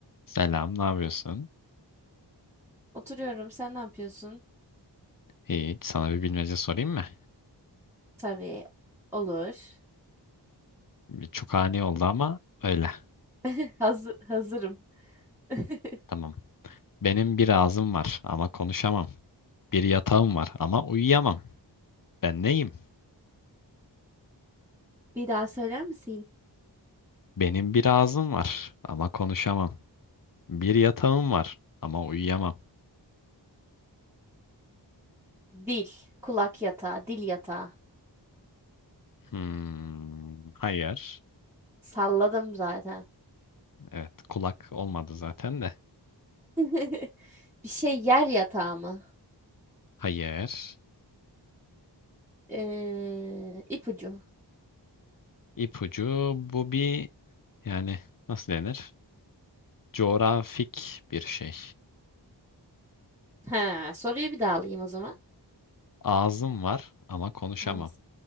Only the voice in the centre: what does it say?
Oturuyorum. Sen ne yapıyorsun?
Tabii. Olur.
<laughs> Hazır, hazırım. <laughs>
Bir daha söyler misin?
Dil. Kulak yatağı. Dil yatağı.
Salladım zaten.
<laughs> Bir şey yer yatağı mı?
Ee, ipucu.
Ha, soruyu bir daha alayım o zaman.
Ağzım